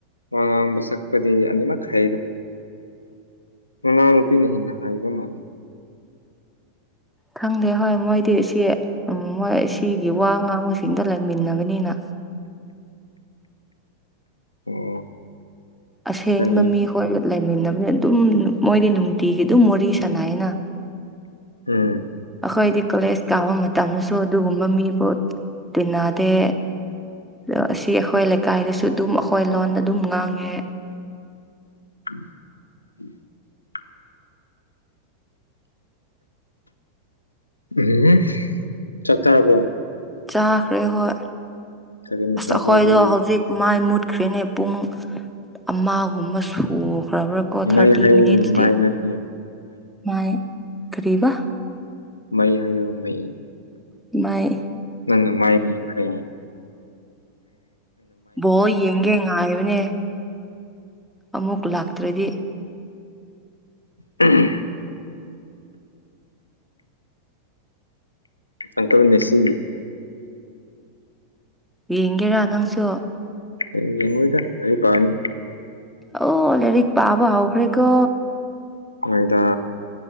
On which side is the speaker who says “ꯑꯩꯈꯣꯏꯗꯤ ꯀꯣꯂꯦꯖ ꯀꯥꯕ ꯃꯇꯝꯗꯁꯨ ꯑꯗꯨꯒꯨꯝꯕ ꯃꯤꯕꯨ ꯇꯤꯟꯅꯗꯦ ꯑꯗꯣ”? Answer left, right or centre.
Centre